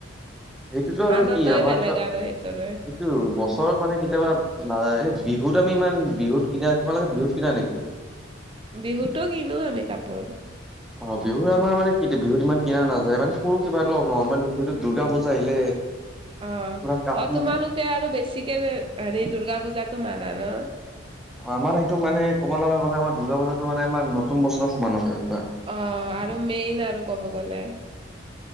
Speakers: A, in the centre; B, on the right (about 25°).
A: সেইটোতো আৰু
B: আনন্দই
A: কি আমাৰটো
B: বেলেগ
A: সেইটো
B: আৰু সেইটোৰে
A: বছৰত মানে কেতিয়াবা নাযা বিহুত আমি ইমান বিহুত কিনা তোমালোকে বিহু কিনা নেকি?
B: বিহুতো কিনো আমি কাপোৰ।
A: অ বিহুৰ আমাৰ মানে কিতু বিহুত ইমান কিনা নাযায় মানে সৰু কিবা এ নৰ্মেল বস্তটো দুৰ্গা পূজা আহিলে
B: অ
A: অলপ কাম
B: অ তোমালোকে আৰু বেছিকে হেৰি দুূৰ্গা পূজাটো মানা ন'?
A: আমাৰ সেইটো মানে ক'ব লগা গ'লে আমাৰ দুৰ্গা পূজাটো মানে আমাৰ নতুন বছৰৰ সমানো হয়।
B: অহ, আৰু মেইন আৰু ক'ব গলে।